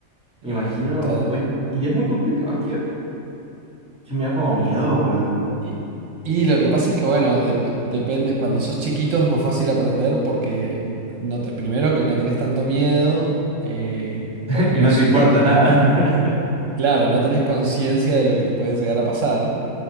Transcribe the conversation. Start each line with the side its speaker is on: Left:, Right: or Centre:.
Right: Eh,
Centre: me imagino,
Right: todo.
Centre: oye, y es muy complicado esquiar, que me da como miedo, weón,
Right: Y, y lo que pasa es que, bueno, dep- depende, cuando sos chiquito es más fácil aprender porque no te, primero que no tenés tanto miedo, eh,
Centre: <laughs>
Right: porque
Centre: y
Right: no,
Centre: no
Right: s-
Centre: te importa
Right: no, no-
Centre: nada. <laughs>
Right: claro, no tenés conciencia de lo que te puede llegar a pasar.